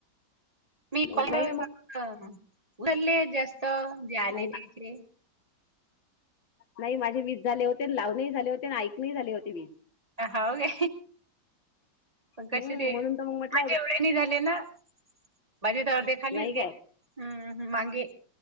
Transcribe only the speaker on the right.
मी
फक्त
उचलले जास्त जेले
त्याचे.
अ हा हो का. कसे
ते
माझ्यावढ्यानी झाले ना. बाजू तर अर्धे खालीच
गेले
हम् मगे